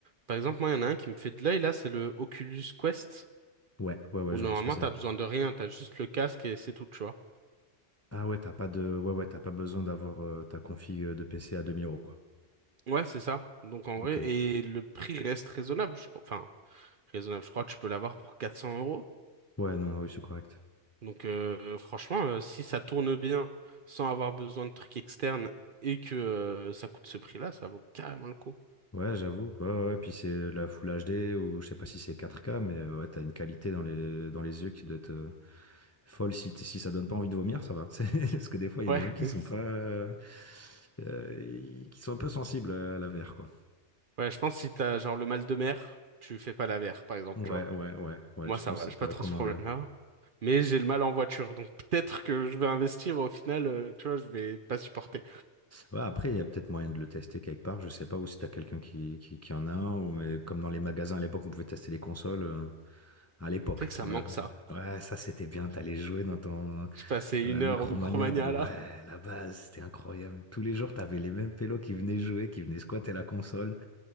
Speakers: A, on the right; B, on the left.
A: Par exemple, moi, il y en a un qui me fait de l'œil, là, c'est le Oculus Quest,
B: Ouais, ouais, ouais,
A: où
B: je
A: normalement,
B: vois ce que c'est.
A: t'as besoin de rien, t'as juste le casque et c'est tout, tu vois.
B: Ah ouais, t'as pas de, ouais, ouais, t'as pas besoin d'avoir euh, ta config euh, de PC à 2000 euros, quoi.
A: Ouais, c'est ça. Donc, en
B: Ok.
A: vrai, et le prix reste raisonnable, je crois. Enfin, raisonnable, je crois que tu peux l'avoir pour 400 euros.
B: Ouais, non, oui, c'est correct.
A: Donc, euh, franchement, euh, si ça tourne bien, sans avoir besoin de trucs externes, et que euh, ça coûte ce prix-là, ça vaut carrément le coup.
B: Ouais, j'avoue. Ouais, ouais, ouais. puis c'est la Full HD ou je sais pas si c'est 4K, mais euh, ouais, t'as une qualité dans les, dans les yeux qui doit être euh, folle. Si, t- si ça donne pas envie de vomir, ça va. <laughs> C'est- Parce que des fois, il y
A: Ouais.
B: a des gens qui
A: <laughs>
B: sont pas, euh, euh, qui sont un peu sensibles à la VR, quoi.
A: Ouais, je pense que si t'as genre le mal de mer, tu fais pas la VR, par exemple,
B: Ouais,
A: tu vois.
B: ouais, ouais, ouais.
A: Moi,
B: Je
A: ça
B: pense
A: va,
B: que c'est
A: j'ai
B: pas
A: pas
B: recommandé.
A: trop ce problème-là. Mais j'ai le mal en voiture, donc peut-être que je vais investir, au final, euh, tu vois, je vais pas supporter.
B: Ouais, après, il y a peut-être moyen de le tester quelque part. Je sais pas ou si t'as quelqu'un qui, qui, qui en a un, ou mais comme dans les magasins à l'époque, on pouvait tester les consoles. euh, à l'époque,
A: C'est vrai que ça
B: voilà.
A: me manque ça.
B: Ouais, ça c'était bien. T'allais jouer dans ton,
A: Je passais une
B: Ouais, Micromania,
A: heure au Micromania,
B: ouais,
A: là.
B: la base, c'était incroyable. Tous les jours, t'avais les mêmes pélos qui venaient jouer, qui venaient squatter la console,